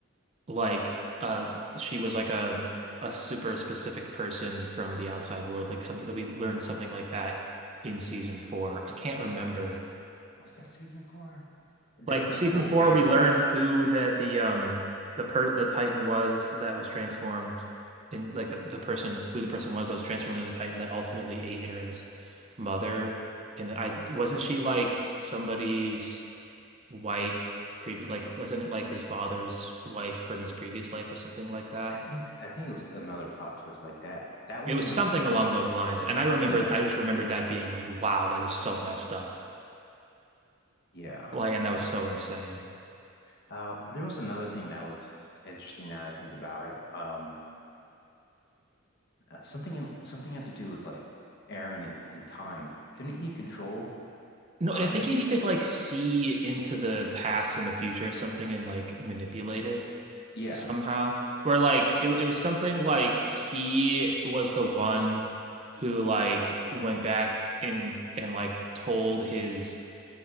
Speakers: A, on the right (about 30°); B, on the left (about 55°).
A: like uh she was like a a super specific person from the outside world, like something that we learned something like that in season four. I can't remember.
B: What's that season for? There
A: Like
B: was like
A: season
B: a whole
A: four,
B: family.
A: we learned who the the um the per the Titan was that was transformed in like the, the person who the person was that was transformed into the Titan that ultimately ate Aaron's mother. And I wasn't she like somebody's wife previous like wasn't it like his father's wife from his previous life or something like that?
B: I think I think it was another plot twist like that. That one
A: It was something
B: was
A: along those lines. And I remembered
B: yeah,
A: I just remembered that being like, wow, that is so messed up.
B: yeah,
A: Like and
B: yeah.
A: that was so insane.
B: Uh, there was another thing that was interesting now that I think about it. Um, uh, something something had to do with like Aaron and, and time. Couldn't he control
A: No,
B: time?
A: I think he could like see into the past and the future or something and like manipulate it
B: Yeah.
A: somehow. Where like it, it was something like he was the one who like went back in and like told his